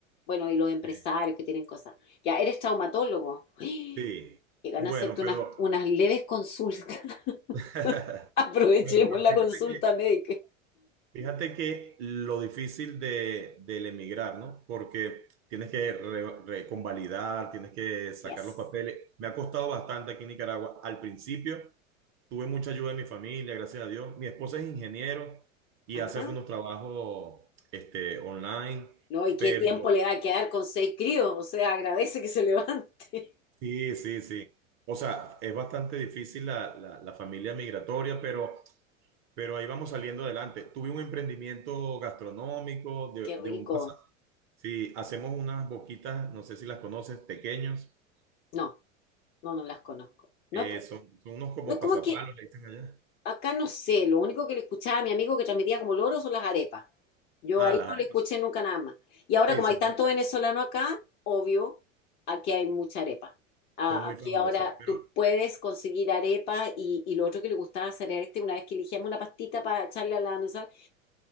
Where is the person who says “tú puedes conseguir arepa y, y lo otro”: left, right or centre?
Left